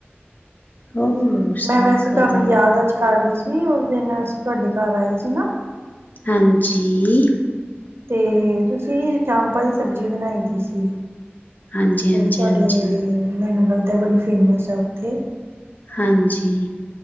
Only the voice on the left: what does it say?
ਹੋਰ
ਸਭ
ਵਧੀਆ
ਹਾਂਜੀ
ਹਾਂਜੀ
ਹਾਂਜੀ
ਹਾਂਜੀ
ਹਾਂਜੀ